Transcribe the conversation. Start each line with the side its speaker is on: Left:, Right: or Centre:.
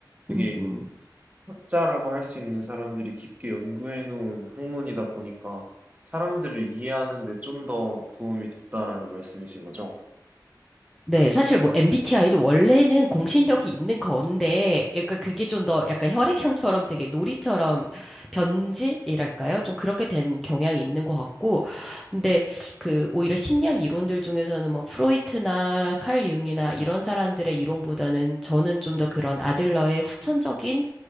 Right: 되게
Centre: 음,
Right: 학자라고 할 수 있는 사람들이 깊게 연구해 놓은 학문이다 보니까 사람들을 이해하는 데 좀 더 도움이 됐다라는 말씀이신 거죠?
Centre: 네, 사실 뭐 MBTI도 원래는 공신력이 있는 건데, 약간 그게 좀 더 약간 혈액형처럼 되게 놀이처럼 변질이랄까요? 좀 그렇게 된 경향이 있는 것 같고, 근데 그 오히려 심리학 이론들 중에서는 뭐 프로이트나 칼 융이나 이런 사람들의 이론보다는 저는 좀 더 그런 아들러의 후천적인